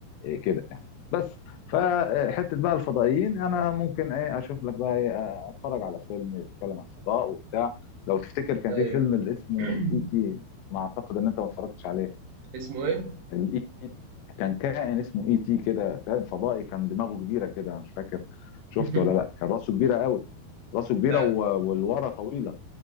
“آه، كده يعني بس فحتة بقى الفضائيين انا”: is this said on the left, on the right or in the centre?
Left